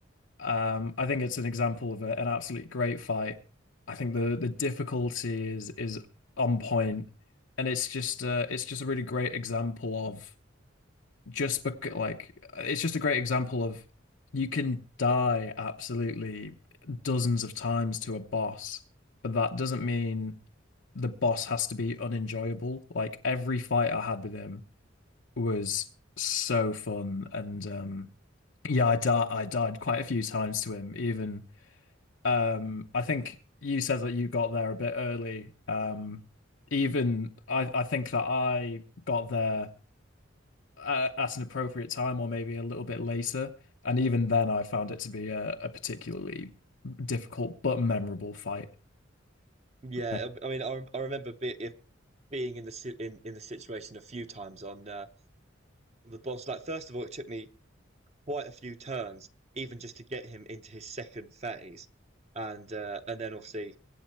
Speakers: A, on the left (about 80°); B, on the right (about 35°).
A: um, I think it's an example of a, an absolutely great fight. I think the the difficulty is is on point, and it's just, uh, it's just a really great example of. just bec like it's just a great example of you can die absolutely dozens of times to a boss, but that doesn't mean the boss has to be unenjoyable. Like every fight I had with him was so fun and um yeah, I di I died quite a few times to him even um I think you said that you got there a bit early. Um even I I think that I got there uh, at an appropriate time or maybe a little bit later. And even then, I found it to be a, a particularly difficult but memorable fight. <laughs>
B: Yeah,
A: Uh,
B: I, I mean, I, rem- I remember be, if being in the si in, in the situation a few times on uh, on the boss. Like, first of all, it took me quite a few turns, even just to get him into his second phase, and uh, and then obviously,